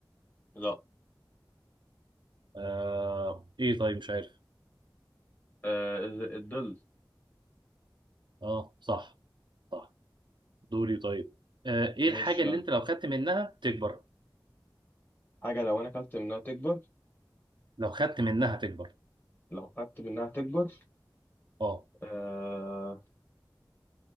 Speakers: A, on the left (about 25°); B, on the right (about 75°).
A: لا
B: أه ايه طيب مش عارف
A: آه الظل
B: اه صح صح دوري طيب آه، ايه
A: ماشي
B: الحاجة اللي
A: يلا
B: انت لو خدت منها تكبر
A: حاجة لو أنا أكلت منها تكبر
B: لو خدت منها تكبر
A: لو خدت منها تكبر
B: اه
A: آه